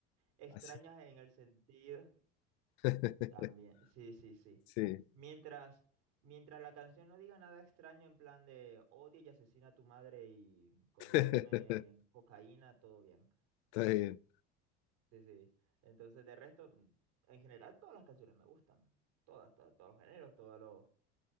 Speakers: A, on the right (about 80°); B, on the left (about 75°).
A: Extrañas
B: Así-
A: en el sentido.
B: <laughs>
A: También, sí, sí, sí.
B: sí,
A: Mientras, mientras la canción no diga nada extraño en plan de odia y asesina a tu madre y consume
B: <laughs> está
A: cocaína, todo bien.
B: bien.
A: Sí, sí. Entonces, de resto, mm, en general, todas las canciones me gustan. Todas, todas, todos los géneros, todos los,